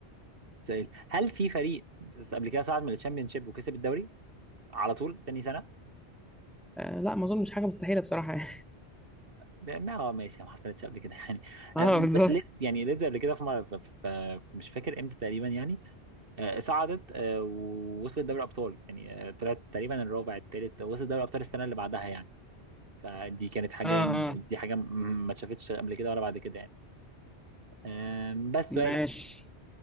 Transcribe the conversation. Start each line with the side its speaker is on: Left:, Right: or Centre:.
Right: سؤال هل في فريق قبل كده صعد من الشامبيونشيب وكسب الدوري على طول تاني سنه
Centre: آه لا ما اظنش حاجه مستحيله بصراحه يعني.
Right: ب- ما هو ماشي ما حصلتش قبل كده <laughs> يعني
Centre: اه
Right: آه،
Centre: بالظبط
Right: بس ليدز يعني ليدز قبل كده في مره في في- في- مش فاكر امتى تقريبا يعني آه، صعدت آه، ووصلت دوري ابطال يعني آه، طلعت تقريبا الرابع الثالث وصلت دوري ابطال السنه اللي بعدها يعني فدي كانت حاجه
Centre: اه
Right: يعني
Centre: اه
Right: دي حاجه م- ما اتشافتش قبل كده ولا بعد كده يعني آه، بس
Centre: ماشي
Right: سؤالك